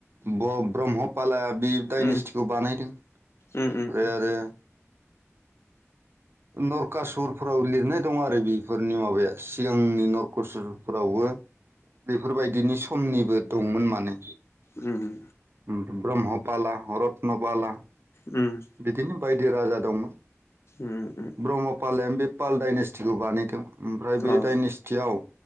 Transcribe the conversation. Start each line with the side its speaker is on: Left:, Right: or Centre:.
Right: ब- ब्रह्मपाला बे डाइनेस्टिखौ
Left: उम
Right: बानायदों।
Left: उम
Right: ओमफ्राय
Left: उम
Right: आरो नरखासुरफोराव लिरनाय दं आरो बेफोरनि माबाया सिगांनि नरखासुरफोरावबो बेफोरबायदिनि समनिबो दंमोन माने।
Left: उम।
Right: ओम ब्रह्मपाला रतन पाला।
Left: उम
Right: बिदिनो बाय दि राजा दंमोन।
Left: उम उम
Right: ब्रह्मपालायानो बे पालडनेस्टिखौ बानाय दों। ओमफ्राय बे
Left: अ
Right: दायनेस्टियाव